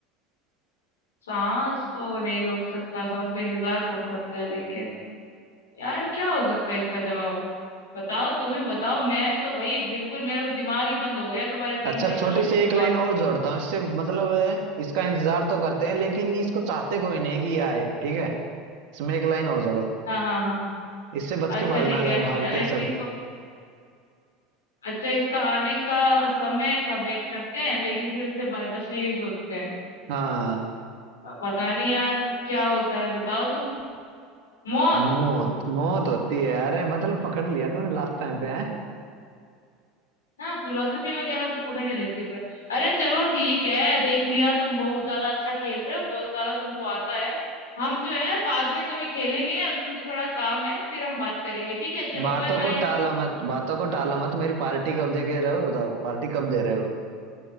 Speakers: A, on the left; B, on the right.
A: सांस तो नहीं रोक सकता सांस का इंतजार कौन करता है लेकिन यार क्या हो सकता है इसका जवाब बताओ तुम ही बताओ मैं तो भाई बिल्कुल मेरा तो दिमाग ही बंद हो गया तुम्हारे तीन
B: अच्छा
A: चार
B: छोटी
A: क्वेश्चंस
B: सी एक
A: के
B: लाइन
A: बाद
B: और जोड़ता हूँ इससे मतलब है, इसका इंतजार तो करते हैं लेकिन इसको चाहते कोई नहीं कि ये आए ठीक है इसमें एक लाइन और जोड़ो
A: हाँ हाँ हाँ
B: इससे बच
A: अच्छा
B: के भागना
A: ठीक है ऐसी
B: भागते हैं सब
A: को अच्छा इसका आने का समय सब वेट करते हैं लेकिन फिर उससे ब- बचने की सोचते हैं
B: हाँ
A: अ, पता नहीं यार क्या होता है बताओ तुम मौत
B: मौत मौत होती है अरे मतलब पकड़ लिया तुमने लास्ट टाइम पे है
A: हाँ फिलोसफी वगैरह तो पकड़ ही लेती हूँ मैं अरे चलो ठीक है देख लिया तुम बहुत ज्यादा अच्छा खेल रहे हो बहुत ज्यादा तुमको आता है हम जो है बाद में कभी खेलेंगे अभी मुझे थोड़ा काम है फिर हम बात करेंगे ठीक है चलो
B: बातों
A: बाय बाय
B: को टालो मत बातों को टालो मत मेरी पार्टी कब दे के रहे हो बताओ पार्टी कब दे रहे हो